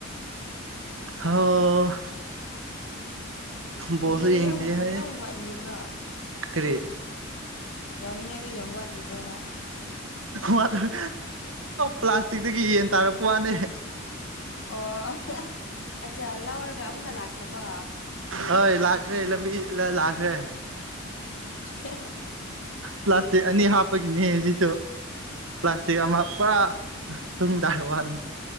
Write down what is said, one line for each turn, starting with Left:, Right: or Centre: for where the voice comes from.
Right: ꯍꯣ ꯕꯣꯜꯁꯨ
Left: ꯍꯧꯖꯤꯛꯁꯦ
Right: ꯌꯦꯡꯗꯦ
Left: ꯌꯥꯝ
Right: ꯍꯥꯏꯌꯦ
Left: ꯌꯥꯝ ꯋꯥꯠꯂꯤꯕ꯭ꯔꯣ
Right: ꯀꯔꯤ
Left: ꯌꯥꯎꯅꯤꯡꯉꯥꯏꯗꯣ ꯌꯥꯝ ꯋꯥꯠꯂꯤꯕ꯭ꯔꯣꯕ
Right: ꯋꯥꯇꯔ ꯄ꯭ꯂꯥꯁꯇꯤꯛꯇꯒꯤ ꯌꯦꯟ ꯇꯥꯔꯛꯄ ꯋꯥꯅꯦ
Left: ꯑꯣ ꯑꯠꯆꯥ ꯂꯥꯎꯔꯒ ꯑꯃꯨꯛꯀ ꯂꯥꯛꯈ꯭ꯔꯕ
Right: ꯍꯣꯏ ꯂꯥꯛꯈ꯭ꯔꯦ ꯂꯝꯕꯤ ꯂꯥꯛꯈ꯭ꯔꯦ
Left: ꯑꯣꯈꯦ
Right: ꯄ꯭ꯂꯥꯁꯇꯤꯛ ꯑꯅꯤ ꯍꯥꯞꯄꯒꯤꯅꯦ ꯁꯤꯁꯨ ꯄ꯭ꯂꯥꯁꯇꯤꯛ ꯑꯃ ꯄꯨꯔꯥ ꯇꯨꯡꯗ ꯋꯥꯅꯤ